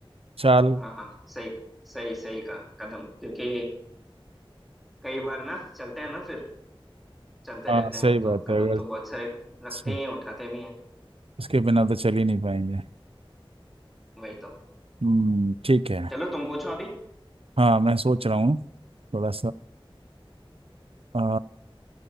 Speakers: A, on the right (about 90°); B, in the centre.
A: चाल
B: हाँ हाँ सही सही सही का कदम क्योंकि कई बार ना चलते हैं ना फिर चलते
A: हाँ
B: रहते
A: सही
B: हैं
A: बात
B: तो कदम
A: है अगर
B: तो बहुत सारे रखते
A: सही-
B: ही हैं उठाते भी हैं
A: उसके बिना तो चल ही नहीं पाएंगे
B: वही तो
A: हम्म ठीक है
B: चलो तुम पूछो अभी
A: हाँ मैं सोच रहा हूँ थोड़ा सा